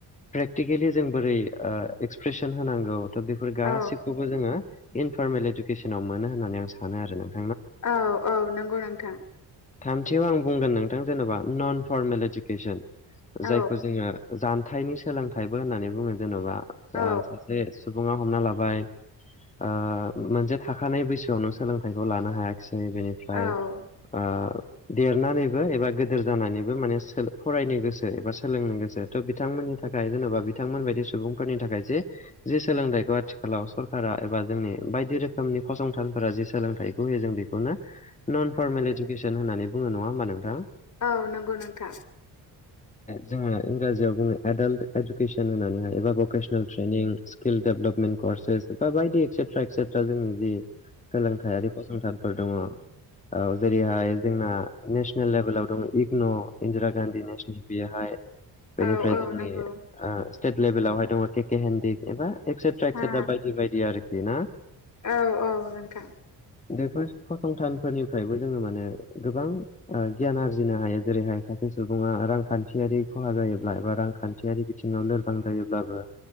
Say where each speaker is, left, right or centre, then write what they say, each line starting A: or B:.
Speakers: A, on the left (about 20°); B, on the left (about 50°).
A: प्रेकटिकेलि जों बोरै एक्सप्रेसन होनांगौ थ बे फोरफोर गाैखौबो
B: औ
A: जोङो इनफरमेल इडुकेसनाव मोनो होननानै आं सानो आरो नों ।
B: औ औ नंगौ नोंथां ।
A: थामथियाव आं बुंगोन नोंथां जेनेबा नन फरमेल इडुकेसन
B: औ नंगौ नोंथां औ
A: जायखौ जोङो हथाइनि सोलोंथाइबो होननानै बुङो जेन'बा
B: औ
A: सासे सुबुं हमना लाबाय मोनसे थाखानाय बैसोआवनो सोलोंथाइखौ लानो हायाखै । सिनि बेनिफ्राय
B: औ
A: ओयोम। देरनानैबो एबा गोदोर जानानैबो माने सो फरायनो गोसो एबा सोलोंनो गोसो थ' बिथांमोन थाखाय जेन'बा बिथांमोन बायदि सुबुंफोरनि थाखाय जे जे सो सोलोंथाइखौ आथिखालाव सरकारा एबा जोंनि बायदि रोखोमनि फसंथानफोरा जि सोलोंथाइखौ होयो जों बिखौनो । नो नन फरमेलिडि केसन होननानै बुङो नङा होमबा नोंथाङा?
B: औ नंगौ नोंथां।
A: जोंयो इंराजियाव बुङो आडाल्ट इडुकेसन होननानैहाय एबा भकेसनेल ट्रेनिं। <unintelligible> सोलोंथाइयारि फसनथानफोर दङ। औ जेरैहाय जोंना नेसनेल लेभेलाव दङ इगन'। इन्दिरा गान्धी नेसनेल बिहाय बेनिफ्राय
B: औ औ
A: जोंनि
B: नंगौ
A: ओ। सिटेट लेभेलावहाय दङ केके हेनडिग एबा एक्सेट्राय
B: हा
A: एक्सेट्रा बायदि बायदि आरोखि ना।
B: औ औ नोंथां ।
A: बेफोर फसंथानफोरनिफ्रायबो जोङो माने गोबां ओ गियान आरजिनो हायो जेरैहाय सासे सुबुङा रांखान्थियारि खहा जायोब्ला एबा रांखान्थियारि बिथिङाव लोरबां जायोब्लाबो